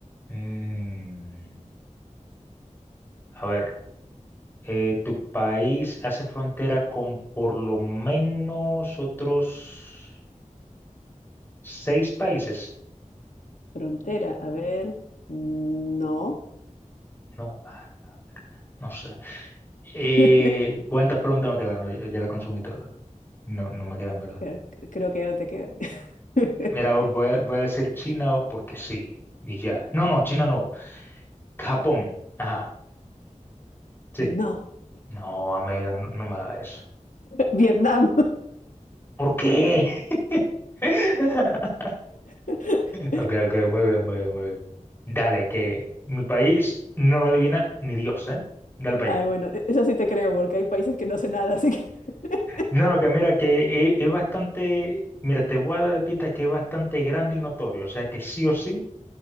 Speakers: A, on the left; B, on the left.
A: Mm, a ver. Eh, ¿tu país hace frontera con por lo menos otros seis países?
B: Frontera, a ver. Mm, No.
A: No, ah, no sé. Eh,
B: <laughs>
A: ¿cuántas preguntas me quedan? No, ya ya la consumí toda. No, no me quedan, ¿verdad?
B: Creo creo que ya no te quedan. <laughs>
A: Mira, voy a, voy a decir China porque sí, y ya. No, no, China no. Japón. Ajá, sí.
B: No,
A: No, amiga, no, no me haga eso.
B: Vietnam.
A: ¿Por qué? <laughs>
B: <laughs>
A: Ok, ok, muy bien, muy bien, muy bien. Dale, que mi país no lo adivina ni Dios, ¿eh? Dale para
B: Ay,
A: allá.
B: bueno, e-, eso sí te creo, porque hay países que no sé nada, así que. <laughs>
A: No, no, que mira que es, es bastante, mira, te voy a dar de pista que es bastante grande y notorio, o sea que sí o sí,